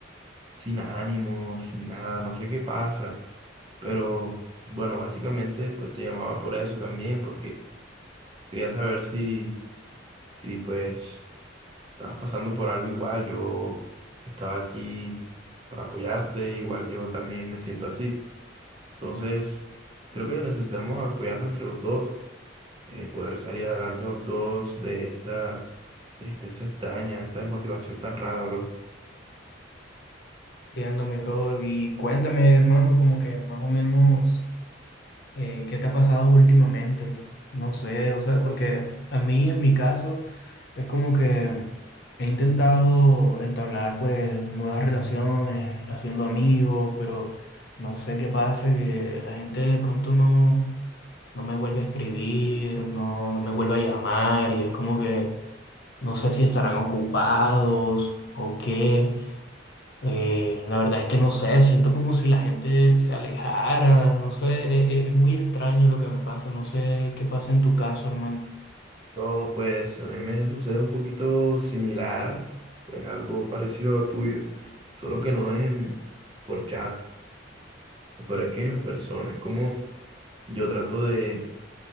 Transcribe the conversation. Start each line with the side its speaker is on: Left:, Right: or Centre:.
Right: sin ánimos, sin nada, no sé qué pasa. Pero bueno, básicamente pues te llamaba por eso también, porque quería saber si, si pues estabas pasando por algo igual. Yo estaba aquí para apoyarte, igual yo también me siento así. Entonces, creo que necesitamos apoyarnos entre los dos, eh, poder salir adelante los dos de esta tristeza extraña, esta desmotivación tan rara, bro.
Left: Entiendo, mi bro. Y cuéntame, hermano, como que más o menos... eh, ¿qué te ha pasado últimamente? No sé, o sea, porque a mí en mi caso es como que he intentado entablar pues nuevas relaciones, haciendo amigos, pero no sé qué pasa, que la gente de pronto no, no me vuelve a escribir, no, no me vuelve a llamar y es como que no sé si estarán ocupados o qué. Eh, la verdad es que no sé, siento como si la gente se alejara, no sé, e- e- es, muy extraño lo que me pasa, no sé qué pasa en tu caso, hermano.
Right: Bro, pues a mí me sucede un poquito similar, pues algo parecido a lo tuyo, solo que no es en- por chat, pero es que es en persona, es como yo trato de,